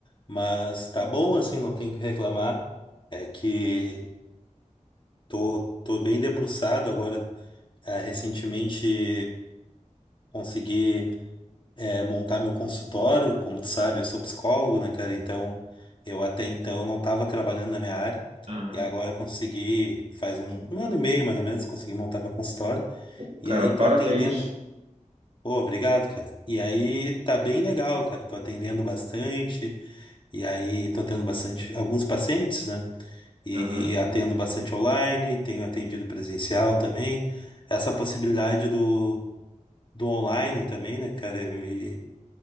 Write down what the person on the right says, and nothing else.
Aham.
Pô, Cara,
parabéns.
Aham.